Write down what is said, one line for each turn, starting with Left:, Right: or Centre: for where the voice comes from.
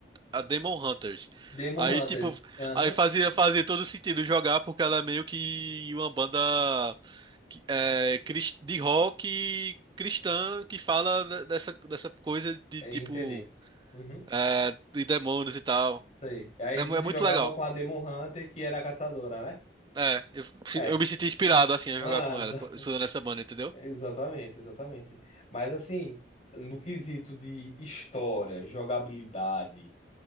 Right: a Demon Hunters.
Left: Demon
Right: Aí,
Left: Hunters.
Right: tipo,
Left: Aham.
Right: aí fazia, fazia todo sentido jogar, porque ela é meio que uma banda que- é, cris- de rock cristã que fala de- dessa, dessa coisa de
Left: É
Right: tipo
Left: entender. Uhum.
Right: é, de demônios e tal.
Left: Sei. Aí
Right: É, mu-
Left: você
Right: é muito
Left: jogava
Right: legal.
Left: com a Demon Hunter, que era a caçadora, né?
Right: É, eu,
Left: É.
Right: eu me senti inspirado assim a
Left: Ah,
Right: jogar com
Left: <laughs>
Right: ela, co- estudando essa banda, entendeu?
Left: Exatamente, exatamente. Mas assim, no quesito de história, jogabilidade.